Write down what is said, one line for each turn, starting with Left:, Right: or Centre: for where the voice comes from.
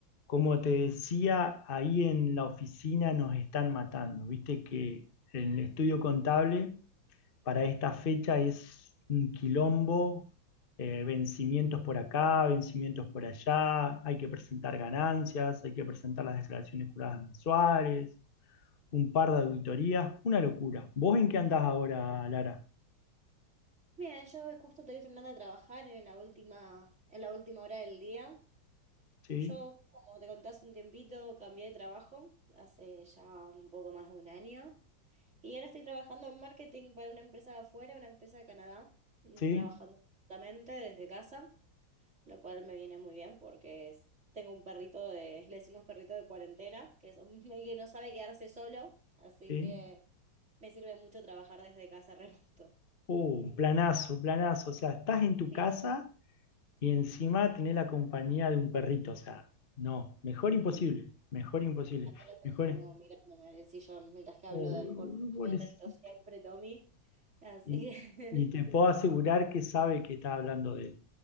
Left: Como te decía, ahí en la oficina nos están matando. Viste que el estudio contable para esta fecha es un quilombo, eh, vencimientos por acá, vencimientos por allá, hay que presentar ganancias, hay que presentar las declaraciones juradas mensuales, un par de auditorías, una locura. ¿Vos en qué andás ahora, Lara?
Right: Bien, yo justo estoy terminando de trabajar en la última, en la última hora del día.
Left: ¿Sí?
Right: Yo, como te conté hace un tiempito, cambié de trabajo hace ya un poco más de un año. Y ahora estoy trabajando en marketing para una empresa de afuera, una empresa de Canadá, mm,
Left: ¿Sí?
Right: trabajando remotamente desde casa, lo cual me viene muy bien porque es- tengo un perrito de, le decimos perrito de cuarentena, que es un- <laughs> que no sabe quedarse solo, así
Left: ¿Sí?
Right: que me sirve mucho trabajar desde casa <laughs> remoto.
Left: Oh, un planazo, planazo. O sea, estás en tu
Right: Sí.
Left: casa Y encima tener la compañía de un perrito, o sea, no, mejor imposible,
Right: Uy,
Left: mejor imposible,
Right: acá lo tengo
Left: mejor...
Right: mirándome del sillón mientras que hablo
Left: Oh,
Right: del porque
Left: pobrecito.
Right: muy atento siempre, Tommy. Así
Left: Y,
Right: que-
Left: y te puedo
Right: <laughs>
Left: asegurar que sabe que está hablando de él,